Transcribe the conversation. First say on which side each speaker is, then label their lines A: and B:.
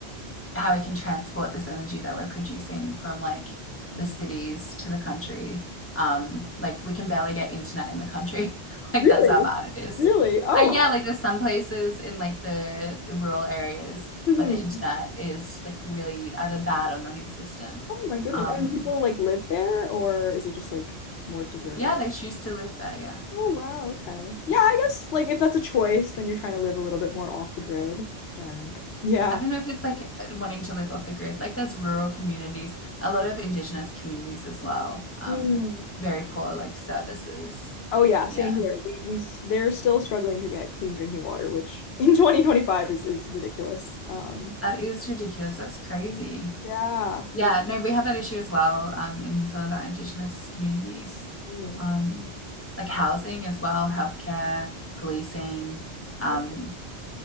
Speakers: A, on the left; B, on the left.
A: how we can transport this energy that we're producing from like
B: Mhm.
A: the cities to the country. Um, like we can barely get internet in the country. <laughs> like
B: Really?
A: that's how bad it is.
B: Really? Oh,
A: Uh, yeah,
B: wow.
A: like there's some places in like the, the rural areas
B: Mhm.
A: where the internet is like really either bad or non-existent.
B: Oh my goodness.
A: Um,
B: And people like live there, or is it just like more deserted?
A: yeah, they choose to live there. Yeah.
B: Oh wow, okay. Yeah, I guess like if that's a choice, then you're trying to live a little bit more off the grid, then yeah.
A: I don't know if it's like wanting to live off the grid. Like there's rural communities, a lot of indigenous communities as well. Um,
B: Right.
A: very poor like services.
B: Oh yeah,
A: Yeah.
B: same here. We we s- they're still struggling to get clean drinking water, which <laughs> in 2025 is is ridiculous. Um,
A: That is ridiculous. That's crazy.
B: yeah,
A: Yeah,
B: we
A: no, we have that issue as well um, in some of our Indigenous communities,
B: mm,
A: um, like housing as well, healthcare, policing. Um,
B: right.